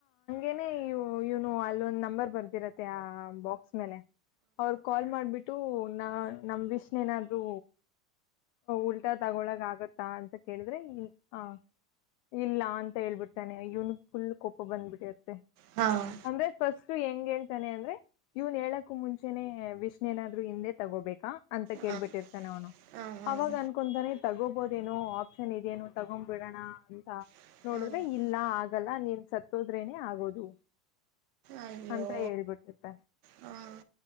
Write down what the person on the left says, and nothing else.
ೇನೆ ಇವನು ಅಲ್ಲೊಂದು್ ನಂಬರ್ ಬರ್ದಿರತ್ತೆ ಆ ಬಾಕ್ಸ್ ಮೇಲೆ ಅವ್ರ ಕಾಲ್ ಮಾಡ್ಬಿಟ್ಟು ನ ನಮ ವಿಷನ್ ಏನಾದ್ೂ ಉಲ್ಟಾ ತಗೊಳಕ್ ಆಗತ್ತಾ ಅಂತ ಕೇಳಿದ್ರೆ ಆ ಇಲ್ಲ ಅಂತ ಹೇಳ್ಬಿಡ್ತಾನೆ ಇವನು ಫುಲ್ ಕೋಪ ಬಂದ್ಬಿಡತ್ತೆ
ಅಂದ್ರೆ ಫಸ್ಟ್ ಇ ಹೆಂಗ್ ಹೇಳ್ತಾನೆ ಅಂದ್ರೆ ಇವ್ನ್ ಹೇಳಕ್ ಮುಂಚೆನೆ ವಿಷ್ಣು ನಾದ್ರು ಹಿಂದೆ ತಗೋಬೇಕಾ ಅಂತ ಕೇಳ್ಬಿಟ್ಟಿರ್ತಾನೆ
ಅವನು
ಅವಾಗ ಅನ್ಕೊಂತಾನೆ ತಗೋ ಹಬೋದೇನೋ ಆಪ್ಷನ್ ಇದೇನು ತಗೊ್ಬಿಡೋಣ ಅಂತ
ನೋಡಿದ್ರೆ ಇಲ್ಲ ಆಗಲ್ಲ ನೀನ್ ಸತ್ತೋದ್ರೇನೆ ಆಗೋದು
ಅಂತ ಹೇಳ್ಬಿಟ್ಟಿತ್ತ